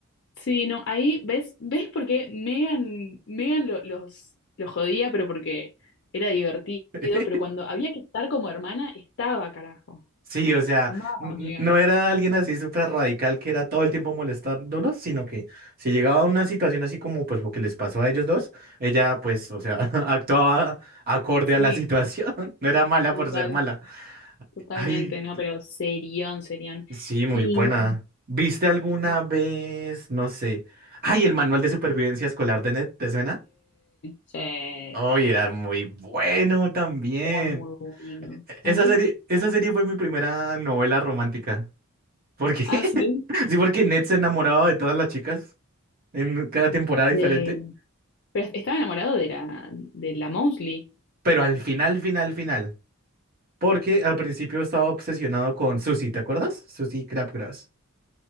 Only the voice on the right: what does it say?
<laughs>
Sí, o sea,
n-
n- no era alguien así súper radical que era todo el tiempo molestándolos, sino que si llegaba a una situación así como pues lo que les pasó a ellos dos, ella pues, o sea, <laughs> actuaba acorde
a la situación, <laughs> no era mala
por ser mala.
Ay.
Sí, muy
buena. ¿Viste alguna
vez? No sé. Ay, el manual de supervivencia escolar de Ned, ¿te suena?
Ay,
era muy bueno también.
E-
Esa
serie, esa serie fue mi primera novela romántica. ¿Por qué?
<laughs> Sí, porque Ned se enamoraba de todas las chicas en cada temporada diferente.
Pero al final, final, final. Porque al principio estaba obsesionado con Susie, ¿te acuerdas? Susie Crabgrass.